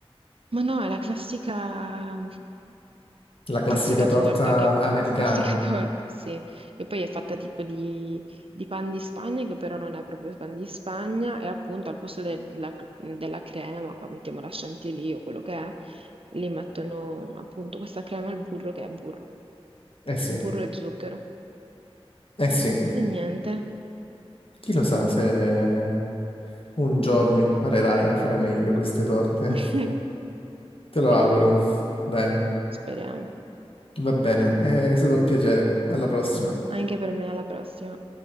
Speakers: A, on the right; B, on the left.
A: ma no, è la classica.
B: La classica
A: Classica
B: torta
A: torta, che...
B: americana.
A: classica <laughs> torta, sì, che poi è fatta tipo di, di pan di Spagna, che però non è proprio pan di Spagna, e appunto al posto della, della crema, qua mettiamo la chantilly o quello che è, li mettono appunto questa crema al burro che è burro,
B: Eh sì,
A: burro e zucchero.
B: eh sì.
A: E niente.
B: Chi lo sa se un giorno imparerai a fare meglio queste torte.
A: <laughs>
B: Te
A: Speriamo,
B: lo auguro. Dai,
A: speriamo.
B: va bene. È stato un piacere. Alla prossima.
A: Anche per me alla prossima.